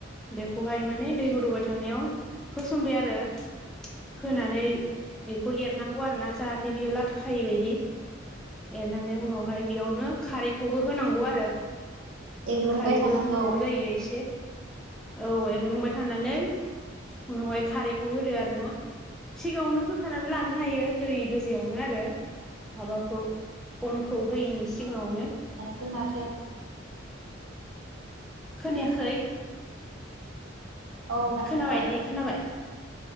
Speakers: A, in the centre; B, on the right.
A: बेखौहाय माने दै गोदौबाय थानायाव। होसनबाय आरो होनानै बेखौ एरनांगौ आरोना जाहाथे बेयाव लाथ खायै बायदि एरनानै उनाव। बेयावनो खारैखौबो होनांगौ आरो
B: एग्लुंबाय
A: खारैबो
B: थानांगौ
A: होनांगौ जायो एसे। औ एग्लुंबाय थानानै उनावहाय खारैखौ होदो आरो ना सिगाङावनो होखानाबो लानो हायो दै गोजायावनो आरो माबाखौ अनखौ होयैनि सिगाङावनो
B: बे माथो
A: खोनायाखै
B: औ दा जाबाय
A: खोनाबाय दे खोनाबाय